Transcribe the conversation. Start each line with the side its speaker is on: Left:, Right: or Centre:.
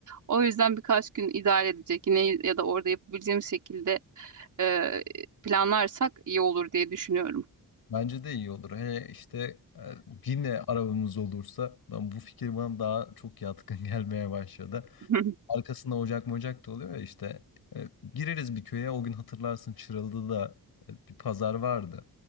Right: O yüzden birkaç gün idare edecek yine ya da orada yapabileceğim şekilde e, planlarsak iyi olur diye düşünüyorum.
Left: Bence de iyi olur. Hele işte e, yine arabamız olursa ben bu fikir bana daha çok yatkın <laughs> gelmeye başladı.
Right: <laughs>
Left: Arkasında ocak mocak da oluyor ya işte E, gireriz bir köye o gün hatırlarsın Çıralı'da da e, bir pazar vardı.